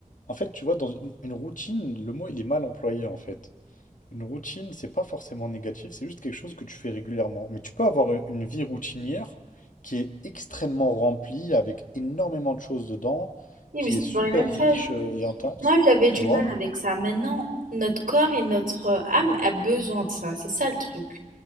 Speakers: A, on the left; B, on the right.
A: En fait, tu vois, dans une une routine, le mot il est mal employé en fait. Une routine, c'est pas forcément négatif, c'est juste quelque chose que tu fais régulièrement. Mais tu peux avoir euh, une vie routinière qui est extrêmement remplie, avec énormément de choses dedans,
B: Oui,
A: qui
B: mais c'est
A: est
B: toujours
A: super
B: les mêmes
A: riche
B: choses.
A: euh, et intense,
B: Moi, j'avais
A: tu
B: du
A: vois?
B: mal avec ça. Maintenant, notre corps et notre euh, âme a besoin de ça. C'est ça le truc.